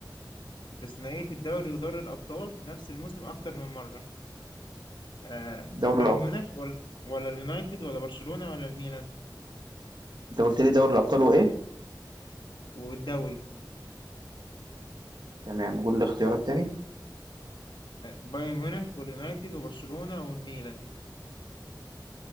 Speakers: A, on the left; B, on the right.
A: بثنائية الدوري ودوري الأبطال في نفس الموسم أكتر من مرة آه،
B: دوري
A: بايرن
B: الأب
A: ميونخ ولا ولا اليونايتد ولا برشلونة ولا الميلان
B: أنت قُلت لي دوري الأبطال وإيه؟
A: والدوري
B: تمام، قُل الاختيارات تاني.
A: آه، بايرن ميونخ واليونايتد وبرشلونة والميلان